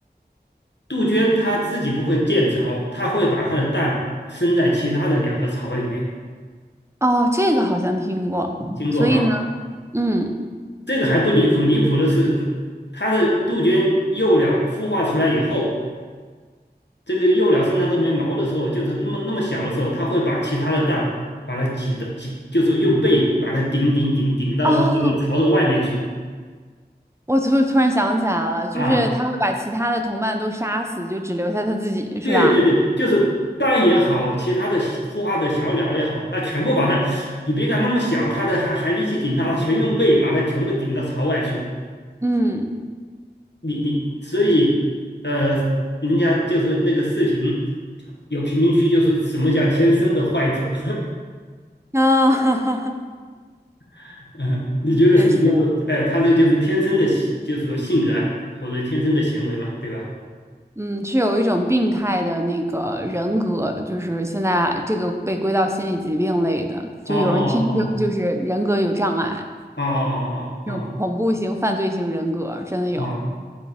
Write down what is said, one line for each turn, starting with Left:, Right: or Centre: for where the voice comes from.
Left: 杜鹃它自己不会建巢，它会把它的蛋生在其他的鸟的巢里面。
Right: 哦，这个好像听过。
Left: 经过哈，
Right: 所以呢，嗯，
Left: 这个还不离谱，离谱的是，它的杜鹃幼鸟孵化出来以后，这个幼鸟身上都没毛的时候，就是那么那么小的时候，它会把其他的蛋把它挤的挤，就是用背把它顶顶顶顶到那个巢的外面去
Right: 哦，我突突然想起来了，就是他会把其他的同伴都杀死，
Left: 啊。
Right: 就只留下他自己，是吧？
Left: 对对对，就是蛋也好，其他的小孵化的小鸟也好，它全部把它，你别看那么小，它的还还力气挺大的，全用背把它全部顶到巢外去。
Right: 嗯，
Left: 你你所以呃，人家就是那个视频有评论区，就是什么叫天生的坏种，
Right: 啊，<laughs> 哈哈
Left: <laughs> 嗯，你觉得是不是就是哎，
Right: 确实，
Left: 他这就是天生的性就是说性格啊，或者天生的行为嘛，对吧？
Right: 嗯，是有一种病态的那个人格，就是现在这个被归到心理疾病类的，就有人天生就是人格有障碍，
Left: 哦哦哦哦哦哦哦哦。
Right: 这种恐怖型、犯罪型人格真的有。
Left: 哦